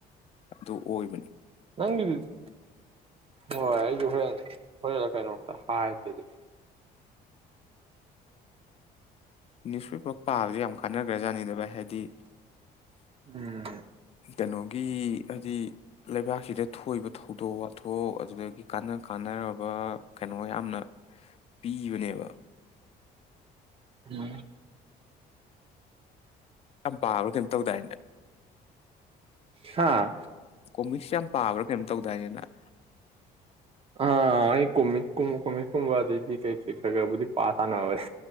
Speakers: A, on the left (about 35°); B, on the right (about 35°).
A: ꯑꯗꯨ ꯑꯣꯏꯕꯅꯤ
B: ꯅꯪꯒꯤꯗꯨ ꯍꯣꯏ ꯑꯩꯁꯨ ꯍꯣꯔꯦꯟ ꯍꯣꯔꯦꯟꯂꯥ ꯀꯥꯏꯩꯅꯣ ꯑꯝꯇ ꯍꯥꯥꯏꯗꯗꯤ
A: ꯅ꯭ꯌꯨꯁꯄꯦꯄꯔ ꯄꯥꯕꯁ ꯌꯥꯝ ꯀꯥꯟꯅꯈ꯭ꯔꯖꯥꯠꯅꯤꯗꯕ ꯍꯥꯏꯗꯤ
B: ꯎꯝ
A: ꯀꯩꯅꯣꯒꯤ ꯍꯥꯏꯗꯤ ꯂꯩꯕꯥꯛꯁꯤꯗ ꯊꯣꯛꯏꯕ ꯊꯧꯗꯣꯛ ꯋꯥꯊꯣꯛ ꯑꯗꯨꯗꯒꯤ ꯀꯥꯟꯅ ꯀꯥꯟꯅꯔꯕ ꯀꯩꯅꯣ ꯌꯥꯝꯅ ꯄꯤꯕꯅꯦꯕ
B: ꯎꯝ
A: ꯌꯥꯝ ꯄꯥꯕ꯭ꯔꯥ ꯀꯩꯝ ꯇꯧꯗꯥꯏꯅꯦ
B: ꯍꯥꯥ
A: ꯀꯣꯃꯤꯛꯁ ꯌꯥꯝ ꯄꯥꯕ꯭ꯔꯥ ꯀꯩꯅꫭꯝ ꯇꯧꯗꯥꯏꯅꯦ ꯅꯪ
B: ꯑꯥ ꯑꯩ ꯀꯣꯃꯤꯛ ꯀꯨꯝ ꯀꫭꯃꯤꯛ ꯀꯨꯝꯕ ꯑ ꯀꯩ ꯀꯩ ꯈꯔ ꯈꯔꯕꯨꯗꯤ ꯄꯥ ꯁꯥꯟꯅꯕꯅꯦ